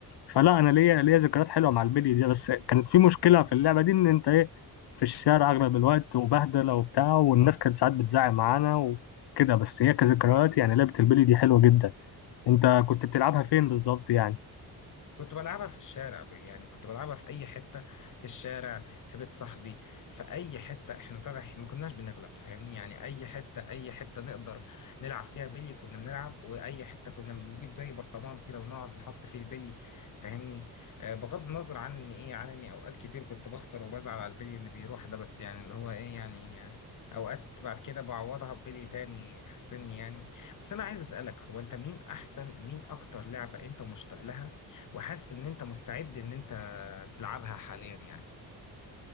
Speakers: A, on the left (about 85°); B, on the left (about 50°).
A: فلا انا ليا ليا ذكريات حلوه مع البلي دي بس كانت في مشكله في اللعبه دي ان انت ايه في الشارع اغلب الوقت وبهدله وبتاع والناس كانت ساعات بتزعق معانا وكده بس هي كذكريات يعني لعبه البلي دي حلوه جدا انت كنت بتلعبها فين بالظبط يعني
B: كنت بلعبها في الشارع ب- يعني كنت بلعبها في اي حته في الشارع في بيت صاحبي في اي حته احنا طبعا إحنا ما كناش بنغلب فاهمني يعني اي حته اي حته نقدر نلعب فيها بلي كنا بنلعب واي حته كنا بنجيب زي برطمان كده ونقعد نحط فيه البلي فاهمني آه بغض النظر عن ان ايه عن اني اوقات كتير كنت بخسر وبزعل على البلي اللي بيروح ده بس يعني اللي هو ايه يعني آه، اوقات بعد كده بعوضها ببلي تاني حسني يعني بس انا عايز اسالك هو انت مين احسن مين اكتر لعبه انت مشتاق لها وحاسس ان انت مستعد ان انت تلعبها حاليا يعني